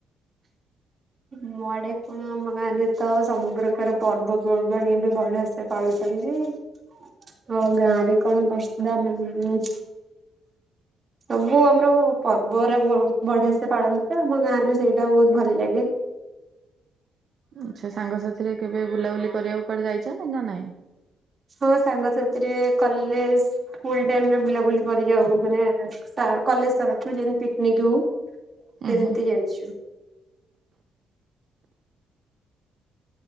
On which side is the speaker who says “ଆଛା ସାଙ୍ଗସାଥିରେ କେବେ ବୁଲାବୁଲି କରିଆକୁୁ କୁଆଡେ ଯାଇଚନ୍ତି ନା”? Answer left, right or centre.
Right